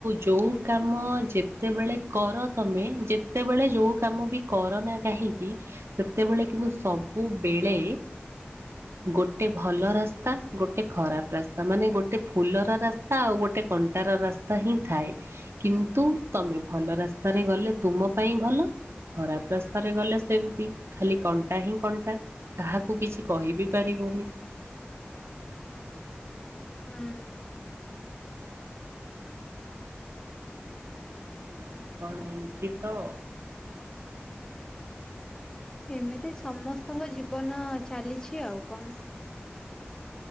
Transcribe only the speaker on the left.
ହୁଁ।
ଏମିତି ସମସ୍ତଙ୍କ ଜୀବନ ଚାଲିଛି ଆଉ କଣ।